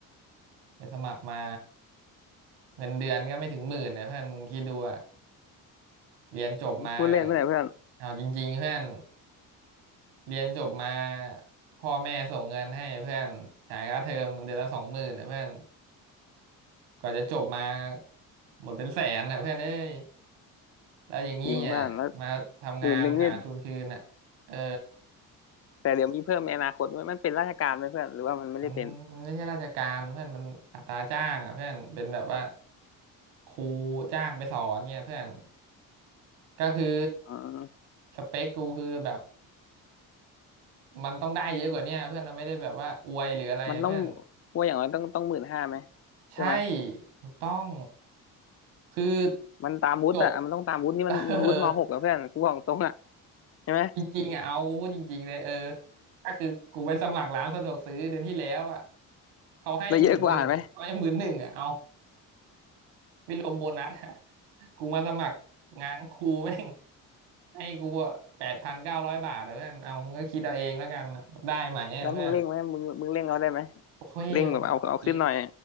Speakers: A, on the right; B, on the left.
A: ไปสมัครมาเงินเดือนก็ไม่ถึงหมื่นนะเพื่อนมึงคิดดูอะเรียนจบมา
B: พูดเล่นไม่ไหนเพื่อน
A: เอาจริงๆเพื่อน เรียนจบมาพ่อแม่ส่งเงินให้เพื่อนจ่ายค่าเทอมเดือนละสองหมื่นนะเพื่อนกว่าจะจบมาหมดเป็นแสนนะเพื่อนเอ้ยแล้วอย่างงี้อ่ะมาทำงานหาทุนคืนอ่ะเออ
B: ยิงเพื่อนแล้วหมื่นหนึ่งนี่แต่เดี๋ยวมีเพิ่มในอนาคตไหมมันเป็นราชการไหมเพื่อนหรือว่ามันไม่ได้เป็น
A: มันไม่ใช่ราชการเพื่อนมันอัตราจ้างอ่ะเพื่อนเป็นแบบว่าครูจ้างไปสอนเนี่ยเพื่อนก็คือ
B: อ๋อ
A: สเปคกูคือแบบมันต้องได้เยอะกว่าเนี้ยเพื่อนมันไม่ได้แบบว่าอวยหรืออะไรอ่ะเพื่อน
B: มันต้องว่าอย่างไรต้องต้องหมื่นห้าไหม
A: ใช่
B: ใช่ไหม
A: ถูกต้องคือ
B: มันตามวุฒิอ่ะมันต้องตามวุฒินี่มันวุฒิมหกอะเพื่อนกูบอกตรงอ่ะ
A: จบ <laughs> เออ
B: ใช่ไหม
A: จริงๆอ่ะเอากูพูดจริงๆเลยเออก็คือกูไปสมัครร้านสะดวกซื้อเดือนที่แล้วอ่ะเขาให้หมื่นหนึ่งไม่หหมื่นหนึ่งอ่ะเอา
B: ได้เยอะกว่าไหม
A: ไม่รวมโบนัสอะกูมาสมัครงานครูแม่งให้กูแปดพันเก้าร้อยบาทอ่ะเพื่อนเอามึงก็คิดเอาเองแล้วกันได้ไหมอ่ะเพื่อน
B: แล้วมึงเร่งไหมมึงมึงเร่งเอาได้ไหม
A: โอ้ยมันเลง
B: เร่งแบบเอาเอาขึ้นหน่อย